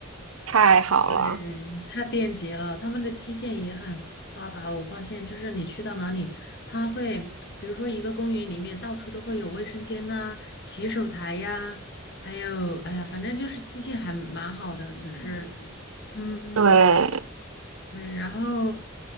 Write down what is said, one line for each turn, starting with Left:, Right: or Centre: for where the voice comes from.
Right: 太好了。
Left: 对，太便捷了，他们的基建也很发达。我发现，就是你去到哪里，他会，比如说一个公园里面，到处都会有卫生间呐、洗手台呀，还有，哎呀，反正就是基建还蛮好的，就是，嗯，嗯
Right: 对
Left: 对，然后，